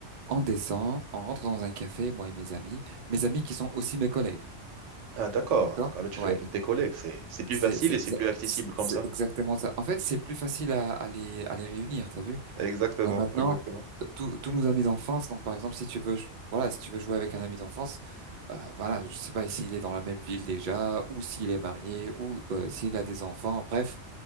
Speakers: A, on the right; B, on the right.
A: on descend, on rentre dans un café, moi et mes amis, mes amis qui sont aussi mes collègues,
B: Ah, d'accord.
A: d'accord?
B: Donc, alors, tu
A: Ouais,
B: joues avec tes collègues. C'est, c'est plus
A: c'est
B: facile
A: c'est
B: et
A: exa-
B: c'est plus accessible
A: c'est-
B: comme
A: c'est
B: ça.
A: exactement ça. En fait, c'est plus facile à, à les, à les réunir, t'as vu?
B: Exactement,
A: Là maintenant,
B: exactement.
A: tous tous nos amis d'enfance, donc par exemple, si tu veux, voilà, si tu veux jouer avec un ami d'enfance, euh, voilà, je sais pas s'il est dans la même ville déjà, ou s'il est marié, ou euh, s'il a des enfants, bref,